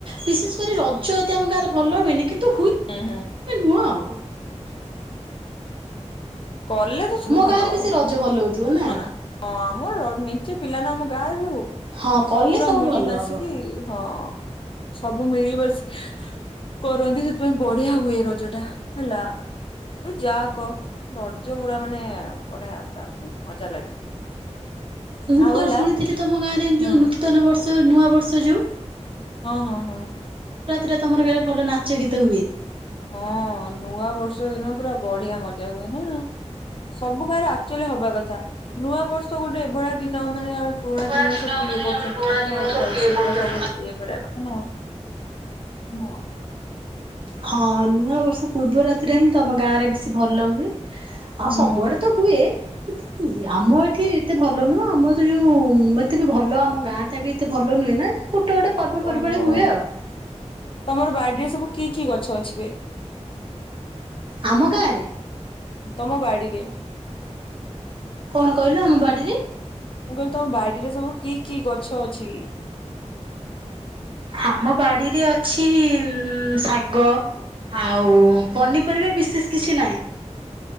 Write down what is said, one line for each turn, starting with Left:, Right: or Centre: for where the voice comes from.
Right: ବିଶେଷ କରି ରଜ ଏତେ ଆମ ଗାଁରେ ଭଲ ହୁଏନି କିନ୍ତୁ।
Left: ହୁଁ ହୁଁ।
Right: କୁଅ।
Left: କଲେ ତ ସବୁ ଭଲ
Right: ଗାଁରେ
Left: ହବ
Right: ବେଶୀ ରଜ ଭଲ ହଉଥିବ ନା
Left: ହଁ ଆମର ମିଞ୍ଚେ ପିଲା ନା ଆମ କା ସବୁ
Right: ହଁ କଲେ
Left: ପା
Right: ସବୁ
Left: ମିଳି
Right: ଭଲ
Left: ମାସିକି
Right: ହବ।
Left: ହଁ ସବୁ ସବୁ ମିଳିିବାସି କରନ୍ତି ସେଥିପାଇଁ ବଢିଆ ହୁଏ ରଜ ଟା ହେଲା ତୁ ଯା କହ। ଦର୍ଜ ପୁରା ମାନେ ପଢବା ପୁରା ମାନେ ମଜା ଲାଗେ।
Right: ମୁଁ
Left: ଆଉ
Right: କଣ
Left: ହେଲା
Right: ଶୁଣିଥିଲି ତମ ଗାଁ ରେ
Left: ହୁଁ
Right: ଯୋଉ ନୂତନ ବର୍ଷ ନୂଆ ବର୍ଷ ଯୋଉ
Left: ହଁ ହଁ ହଁ ହ।
Right: ରେ ତମର କେ ଭଲ ନାଚ ଗୀତ ହୁଏ।
Left: ହଁ ନୂଆ ବର୍ଷ ଦିନ ପୁରା ବଢିଆ ମଜା ହୁଏ ନା। ସବୁ କ ଚ ହବା କଥା ନୂଆ ବର୍ଷ ଗୋଟେ ଏଭଳିଆ ଦିନ ମାନେ ପୁରୁଣା
Right: ପରା
Left: ଦିନକୁ
Right: ଦିନ
Left: ସବୁ
Right: ମାନେ
Left: ଇଏ କରୁଛନ୍ତି
Right: ପରା
Left: ମାନେ
Right: ଦିନ
Left: ଆଉ
Right: ସବୁ
Left: ଭଲସେ
Right: ଇଏ କରଛ।
Left: ପୁରା ସବୁ ଇଏ କରିବା କଥା ନା ଆଉ। ହଁ
Right: ହଁ ନୂଆ ବର୍ଷ ପୂର୍ବ ରାତିରେ ହିଁ ତମ ଗାଁରେ ବି ବେଶୀ ଭଲ ହୁଏ।
Left: ହୁଁ।
Right: ଆସା ପୁଆଟା ତ ହୁଏ। କିନ୍ତୁ ଆମ ଏଠି ଏତେ ଭଲ ନୁହଁ ଆମର ତ ଯୋଉ ଏତେ ବି ଭଲ ଆମ ଗାଁ ଟା ବି ଏତେ ଭଲ ନୁହେଁ ନା। ଗୋଟେ ଗୋଟେ ପର୍ବପର୍ବାଣ
Left: ଓହୋ
Right: ହୁଏ ଆଉ।
Left: ତମର ବାଡିରେ ସବୁ କି କି ଗଛ ଆଛିବ।
Right: ଆମ ଗାଁ ରେ
Left: ତମ ବାଡ଼ିରେ?
Right: କଣ କହିଲୁ ଆମ ବାଡିରେ
Left: ମୁଁ କହିଲି ତମ ବାଡିରେ ସବୁ କି କି ଗଛ ଅଛି।
Right: ଆମ ବାଡିରେ ଅଛି ଶାଗ ଆଉ
Left: ହୁଁ।
Right: ପନିପରିବା ବିଶେଷ କିଛି ନାହିଁ।